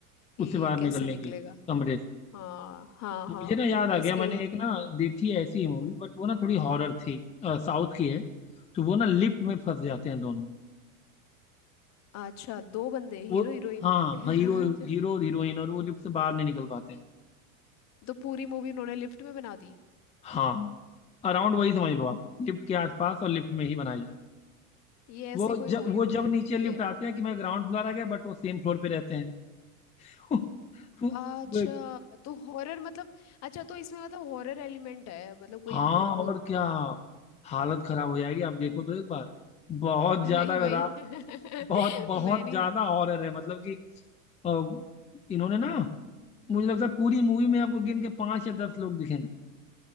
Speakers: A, on the left (about 40°); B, on the left (about 15°).
A: कि
B: उससे बाहर निकलने
A: कैसे निकलेगा
B: की कमरे से
A: हाँ हाँ
B: मुझे
A: हाँ
B: ना याद
A: तो बस
B: आ गया
A: यही
B: मैंने एक ना देखी है ऐसी ही मूवी बट वो ना थोड़ी हॉरर थी साउथ की है तो वो ना लिफ्ट में फंस जाते हैं दोनों
A: अच्छा दो बंदे
B: वो
A: हीरो हीरोइन
B: हाँ
A: <laughs>
B: हाँ हीरो
A: अच्छा
B: हीरो और हीरोइन और वो लिफ्ट से बाहर नहीं निकल पाते हैं
A: तो पूरी मूवी उन्होंने लिफ्ट में बना दी
B: हाँ अराउंड वही समझ लो आप लिफ्ट के आसपास और लिफ्ट में ही बनाइए
A: ये ऐसी
B: वो
A: कोई हॉलीवुड
B: जब वो जब
A: मूवी
B: नीचे
A: भी
B: लिफ्ट
A: है
B: आते हैं कि मैं ग्राउंड फ्लोर आ गया बट वो सेम फ्लोर पे रहते हैं <laughs> तो वो,
A: अच्छा
B: वो
A: तो हॉरर मतलब अच्छा तो इसमें मतलब हॉरर एलिमेंट है मतलब कोई
B: हाँ
A: भूत भूत
B: और क्या हालत खराब हो जाएगी आप देखो तो एक बार बहुत
A: नहीं
B: ज्यादा
A: भाई
B: खरा
A: <laughs>
B: बहुत बहुत
A: मैं नहीं
B: ज्यादा हॉरर है मतलब कि अ, इन्होंने ना मुझे लगता है पूरी मूवी में आपको गिन के पांच या दस लोग दिखेंगे